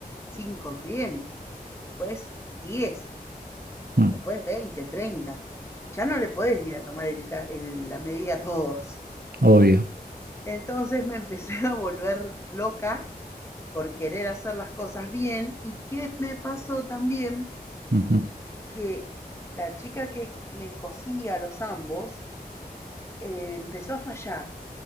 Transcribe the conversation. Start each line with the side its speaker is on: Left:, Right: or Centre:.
Left: cinco clientes, después 10,
Right: mm,
Left: después 20, 30 y ya no le podés ir a tomar el el- la medida a todos.
Right: obvio.
Left: Entonces me <laughs> empecé a volver loca por querer hacer las cosas bien y qué me pasó también
Right: Ujú.
Left: que la chica que me cosía los ambos eh, empezó a fallar,